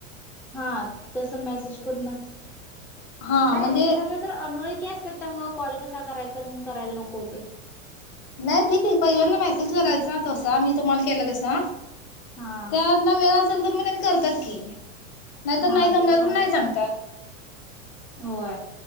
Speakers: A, in the centre; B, on the left.
A: हा तस मेसेज करूनच
B: हा
A: काय
B: म्हणजे
A: ए खरं तर अनोळखी असत्यात त्यामुळे कॉल कस कसा करायचा म्हणून करायला नको हुतय
B: नाही ठीक आहे, पहिल्यांदा मेसेज करायचा तसा मी तुम्हाला केलं तसा
A: हा
B: त्यांना वेळ <unintelligible> करतात की नाहीतर
A: हा
B: नाही जमणार
A: ते तर
B: म्हणून
A: आहे
B: नाही सांगतात
A: होय.